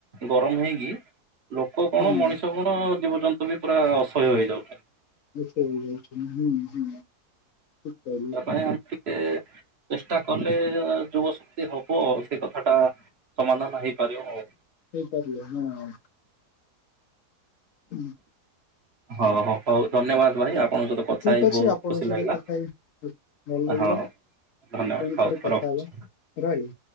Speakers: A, on the right (about 45°); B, on the left (about 65°).
A: ଗରମ ହେଇକି ଲୋକ କଣ
B: ହୁଁ
A: ମଣିଷ କଣ ଜୀବଜନ୍ତୁ ବି ପୁରା ଅସହ୍ୟ ହେଇଯାଉଛନ୍ତି।
B: <unintelligible>
A: ତା ପାଇଁ ଆମେ ଟିକେ ଚେଷ୍ଟା କଲେ ଯୁବ ଶକ୍ତି ହବ। ସେ କଥାଟା ସମାଧାନ ହେଇପାରିବ ଆଉ।
B: ହେଇପାରିଲେ ନା ଆଉ। <inaudible>
A: ହଉ -ହଉ -ହଉ ଧନ୍ୟବାଦ୍ ଭାଇ ଆ ଆପଣଙ୍କ ସହିତ କଥା
B: ଠିକ
A: ହେଇ
B: ଅଛି
A: ବହୁତ୍
B: ଆପଣଙ୍କ
A: ଖୁସି
B: ସହିତ
A: ଲାଗିଲା
B: କଥା ହେଇ ଭଲ ଲାଗିଲା
A: -ହଁ। ଧନ୍ୟବାଦ୍
B: ପୁଣି
A: ହଉ
B: ଥରେ କଥା
A: ରହୁଚି।
B: ହବା ରହିଲି।